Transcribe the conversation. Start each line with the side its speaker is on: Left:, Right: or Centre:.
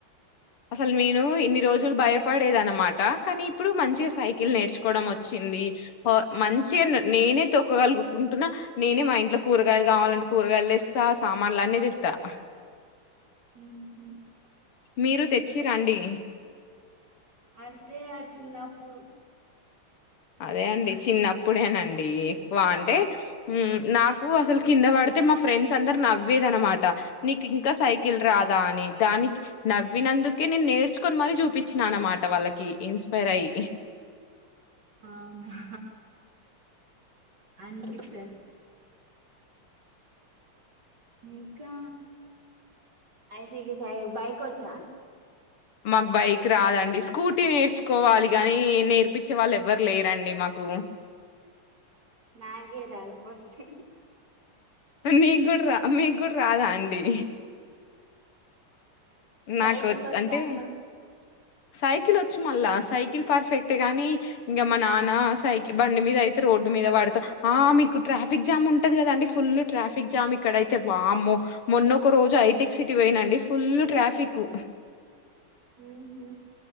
Left: అసలు నేను ఇన్ని రోజులు భయపడేది అనమాట. కానీ ఇప్పుడు మంచిగా సైకిల్ నేర్చుకోవడం వచ్చింది. ప మంచిగా నేనే తొక్కగలుగుకుంటున్నా నేనే మా ఇంట్లో కూరగాయలు కావాలంటే కూరగాయలు తెస్తా సామాన్లు అనేది తెత్త.
Right: హ్మ్ హు
Left: మీరు తెచ్చిర అండి
Right: అంటే ఆ చిన్నప్పుడు
Left: అదే అండి చిన్నప్పుడేనండి ఎక్కువ అంటే మ్మ్ నాకు అసలు కింద పడితే మా ఫ్రెండ్స్ అందరు నవ్వేదన అనమాట నీకు ఇంకా సైకి కిల్ రాదా అని దాని నవ్వినందుకే నేను నేర్చుకొని మరీ చూపించిన అన్నమాట వాళ్ళకి ఇన్స్పైర్ అయి.
Right: అవునా. అంద్ <unintelligible> ఇంకా అయితే ఈ సయి బైక్ వచ్చా?
Left: మాకు బైక్ రాదండి స్కూటీ నేర్చుకోవాలి గానీ నేర్పించే వాళ్ళు ఎవ్వరు లేరండి మాకు!
Right: నాగే రాదు బస్సు
Left: నీ కూడ రా మీ కూడా రాదా అండి?
Right: సైకిలొస్తే
Left: నాకు అంటే
Right: అన్ని వస్తయి
Left: సైకిల్ వచ్చు మళ్ళా సైకిల్ పర్ఫెక్టే గాని ఇంగ మా నాన్న సైకి బండి మీద అయితే రోడ్డు మీద వాడతవ్, ఆ మీకు ట్రాఫిక్ జామ్ ఉంటది కదండి ఫుల్ ట్రాఫిక్ జామ్ ఇక్కడైతే వామ్మో మొన్న ఒక రోజు ఐటెక్ సిటీ పోయినండి ఫుల్ల్ ట్రాఫికు
Right: హ్మ్ హు